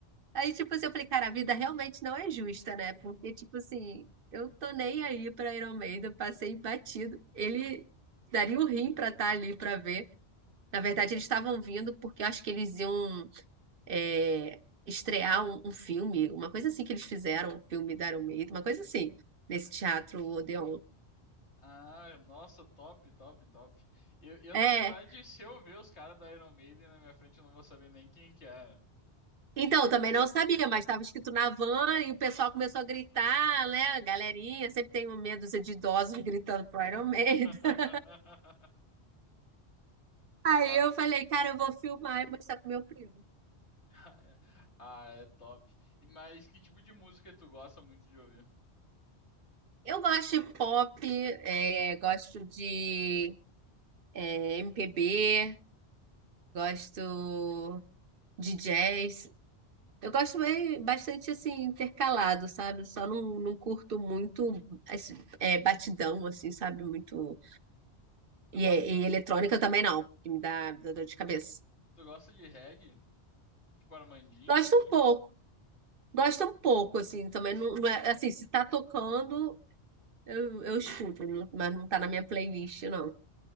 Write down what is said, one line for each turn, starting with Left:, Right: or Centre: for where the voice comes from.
Right: Aí, tipo assim, eu falei, cara, a vida realmente não é justa, né? Porque, tipo assim, eu tô nem aí pra Iron Maiden, passei batido. Ele daria o rim pra estar ali pra ver. Na verdade, eles estavam vindo porque eu acho que eles iam é, estrear um, um filme, uma coisa assim que eles fizeram, um filme da Iron Maiden, uma coisa assim, nesse teatro Odeon.
Left: Ah, nossa, top, top, top. Eu, eu,
Right: É.
Left: na verdade, se eu ver os caras da Iron Maiden na minha frente, eu não vou saber nem quem que é.
Right: Então, eu também não sabia, mas estava escrito na van e o pessoal começou a gritar, né? A galerinha, sempre tem um medo de idosos gritando pro
Left: <laughs>
Right: Iron Maiden. <laughs> Aí
Left: Ah,
Right: eu falei, cara, eu vou filmar e mostrar pro meu primo.
Left: ah, é, ah, é top. E mas que tipo de música tu gosta muito de ouvir?
Right: Eu gosto de pop, é, gosto de é, MPB, gosto de jazz, Eu gosto bem- bastante assim, intercalado, sabe? Só não, não curto muito esse, é, batidão, assim, sabe? Muito.
Left: Tu gosta,
Right: E, é- e eletrônica também não, que me dá, dá dor de cabeça.
Left: tu gosta de reggae? Tipo Armandinho,
Right: Gosto
Left: assim?
Right: um pouco, gosto um pouco, assim, também não, não é assim, se tá tocando, eu, eu escuto, não- mas não tá na minha playlist, não.